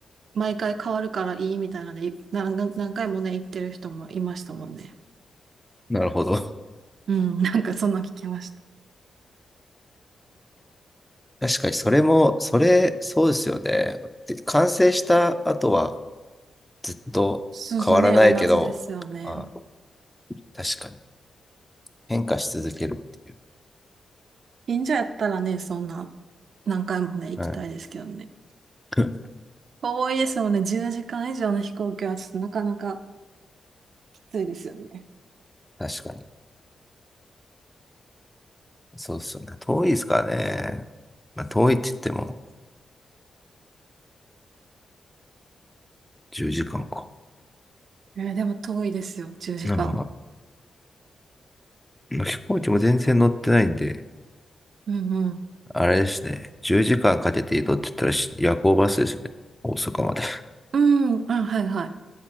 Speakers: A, on the right; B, in the centre.
A: 毎回変わるからいいみたいなので、い何、何回もね、行ってる人もいましたもんね。
B: なるほど。
A: うん、<laughs> なんかそんな聞きました。
B: 確かに、それも、それ、そうですよね。で、完成した後は、ずっと変わらないけど、
A: そうそうね、同じですよね。
B: まあ、確かに、変化し続けるっていう。
A: 近所やったらね、そんな、何回もね、行きたいですけどね。
B: うん。<laughs>
A: 遠いですもんね、10時間以上の飛行機はちょっとなかなかきついですよね。
B: 確かに。そうですよね。遠いですからね。まあ、遠いって言っても、10時間かんか。
A: えーでも遠いですよ、10時間。
B: まあ、飛行機も全然乗ってないんで、
A: うんうん。
B: あれですね。10時間かんかけて移動って言ったらし夜行バスですね。大阪まで。
A: うん、あ、はいはい。